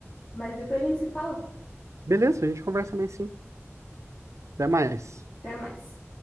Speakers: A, on the left; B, on the right.
A: mas depois a gente se fala.
B: Beleza, a gente conversa mais sim. Até mais.
A: Até mais.